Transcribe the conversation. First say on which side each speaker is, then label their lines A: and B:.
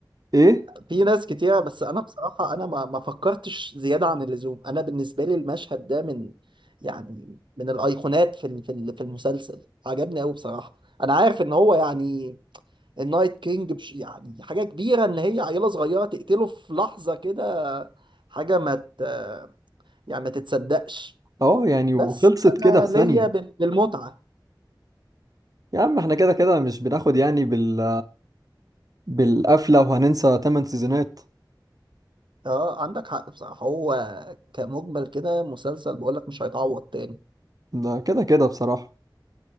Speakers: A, on the right (about 50°); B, on the right (about 75°).
A: ايه
B: في ناس كتيرة بس انا بصراحة انا ما ما فكرتش زيادة عن اللزوم انا بالنسبة لي المشهد ده من يعني من الايقونات في ال- في ال- في المسلسل عجبني قوي بصراحة انا عارف ان هو يعني النايت كينج بش يعني حاجة كبيرة ان هي عيلة صغيرة تقتله في لحظة كده حاجة ما ت... يعني ما تتصدقش
A: اه يعني
B: بس
A: وخلصت
B: انا
A: كده في ثانيه
B: ليا بال- بالمتعة
A: يا عم احنا كده كده مش بناخد يعني بال بالقفله وهننسى 8 سيزونات
B: اه عندك حق بصراحة هو كمجمل كده مسلسل بقولك مش هيتعوض تاني
A: ده كده كده بصراحه